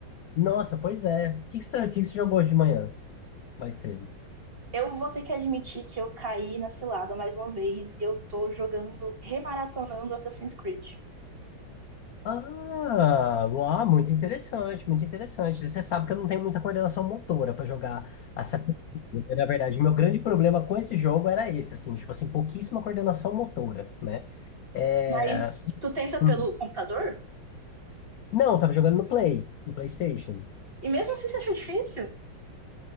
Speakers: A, on the left; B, on the right.
A: Nossa, pois é. O que que você, tá- o que que você jogou hoje de manhã, mais cedo?
B: Eu vou ter que admitir que eu caí na cilada mais uma vez e eu tô jogando, remaratonando Assassin's Creed.
A: Ah, uau, muito interessante, muito interessante. Você sabe que eu não tenho muita coordenação motora para jogar Assassin's Creed, né? Na verdade, o meu grande problema com esse jogo era esse, assim, tipo assim, pouquíssima coordenação motora, né? É...
B: Mas tu tenta
A: hum.
B: pelo computador?
A: Não, eu tava jogando no Play, no PlayStation.
B: E mesmo assim você acha difícil?